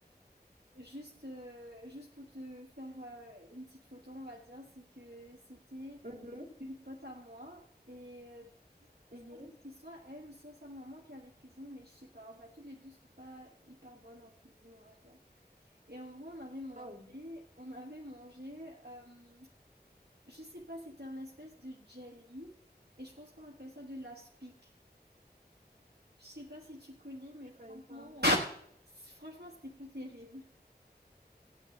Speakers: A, on the right; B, on the right.
A: juste, euh, juste pour te faire euh, une petite photo, on va dire, c'est que c'était
B: Mhm,
A: une pote à moi et euh, je
B: mhm.
A: pense que c'était soit elle ou soit sa maman qui avait cuisiné, mais je sais pas. Enfin, toutes les deux sont pas hyper bonnes en cuisine, on va dire. Et en gros, on avait mangé,
B: Oh.
A: on avait mangé. euh, je sais pas, c'était un espèce de jelly et je pense qu'on appelle ça de l'aspic. Je sais pas si tu connais,
B: Je
A: mais
B: connais
A: franchement,
B: pas.
A: euh, c- franchement, c'était pas terrible.